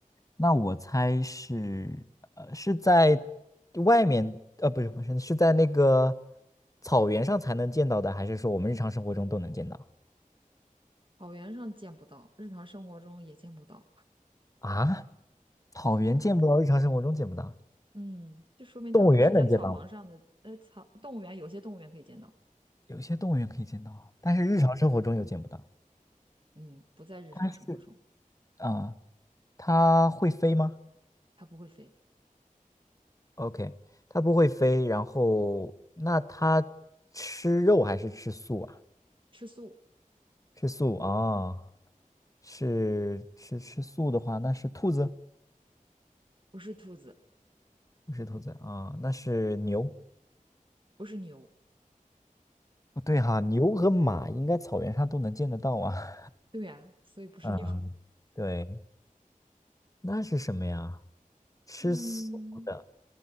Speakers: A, on the left (about 25°); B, on the right (about 35°).
A: 那我猜是呃是在外面呃不是不是是在那个草原上才能见到的，还是说我们日常生活中都能见到？
B: 草原上见不到，日常生活中也见不到。
A: 啊，草原见不到，日常生活中见不到，
B: 嗯，就说明它不是在草王上的，
A: 动物园能见到，
B: 呃，草，动物园有些动物园可以见到，
A: 有些动物园可以见到，但是日常生活中又见不到。
B: 嗯嗯，不在日常生活中，
A: 它是啊，它会飞吗
B: 它不会飞，
A: ？OK，它不会飞，然后那它吃肉还是吃素啊？
B: 吃素，
A: 吃素啊，是吃吃素的话，那是兔子，
B: 不是兔子，
A: 不是兔子啊，那是牛。
B: 不是牛，
A: 不对哈，牛和马应该草原上都能见得到啊。
B: 对呀，所以不是牛，
A: <laughs> 嗯，对。那是什么呀？
B: <laughs>
A: 吃素的
B: 嗯，